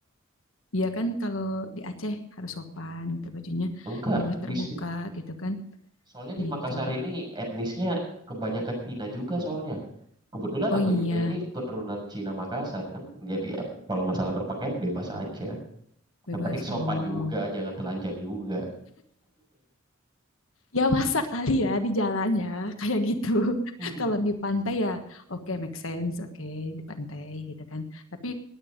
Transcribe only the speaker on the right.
Enggak,
di
soalnya di
Makassar ini etnisnya kebanyakan Cina juga soalnya. Kebetulan
aku
juga ini keturunan Cina Makassar kan. Jadi ya, kalau masalah berpakaian bebas aja.
Yang penting sopan
juga, jangan telanjang juga.
<laughs>